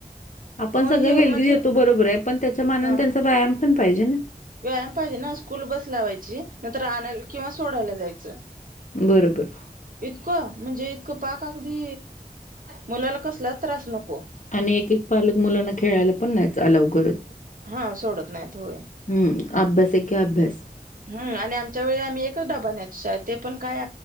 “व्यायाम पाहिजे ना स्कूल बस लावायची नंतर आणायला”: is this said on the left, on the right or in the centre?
Right